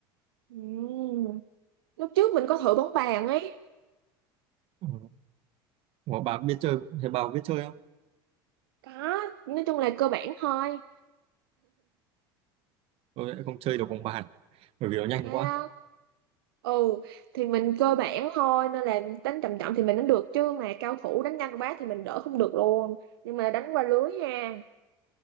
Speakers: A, on the right; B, on the right.
A: Ừm, lúc trước mình có thử bóng bàn ấy
B: ừ. Mà bà biết chơi thế bà có biết chơi không
A: có nói chung là cơ bản thôi
B: tôi lại không chơi được bóng bàn bởi vì nó nhanh
A: thấy
B: quá
A: không ừ thì mình cơ bản thôi nên là đánh chậm chậm thì mình đánh được chứ mà cao thủ đánh nhanh quá thì mình đỡ không được luôn nhưng mà đánh qua lưới ha